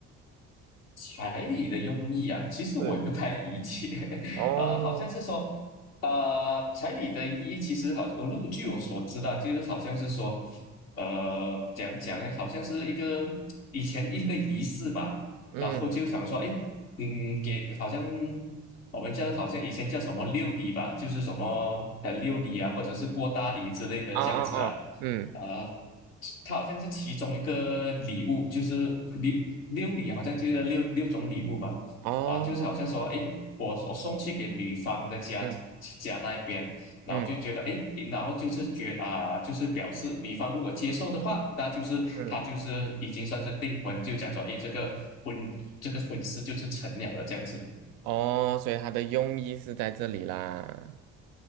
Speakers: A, on the left; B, on the right.
A: 彩礼的用意啊，其实我也不太理解。
B: 是，
A: <laughs>
B: 哦，
A: 啊、好像是说，呃，彩礼的意义其实好，我据我所知道，就是好像是说，呃，讲讲呢，好像是一个以前一个仪式吧，
B: 嗯，
A: 然后就想说，哎，嗯，给好像我们叫好像以前叫什么六礼吧，就是什么呃六礼啊，或者是过大礼之类的这样子啊，
B: 啊啊啊，嗯，
A: 啊、它好像是其中一个礼物，就是六六礼好像就是六六种礼物嘛，
B: 哦，
A: 啊，就是好像说，诶，我我送去给女方的家家那一边，
B: 嗯。
A: 然后就觉得，
B: 嗯
A: 诶，然后就是觉啊，就是表示女方如果接受的话，那就是他就是已经算是订婚，
B: 嗯，
A: 就讲说，诶，这个婚这个婚事就是成了的这样子。
B: 哦，所以它的用意是在这里啦。